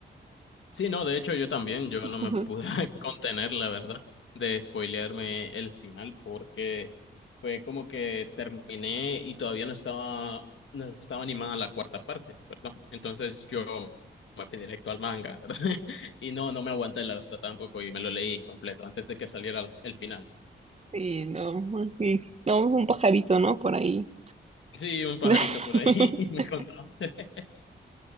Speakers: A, on the left; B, on the right.
A: Sí, no, de hecho yo también, yo
B: <laughs>
A: no me pude <laughs> contener, la verdad, de spoilearme el final porque fue como que terminé y todavía no estaba, no estaba animada la cuarta parte, ¿verdad? Entonces yo me fui directo al manga, <laughs> ¿verdad? Y no, no me aguanté, la verdad, tampoco y me lo leí completo antes de que saliera la- el final.
B: Sí, no, sí. no, un pajarito, ¿no? Por ahí.
A: Sí, un pajarito
B: <laughs>
A: por ahí <laughs> me contó. <laughs>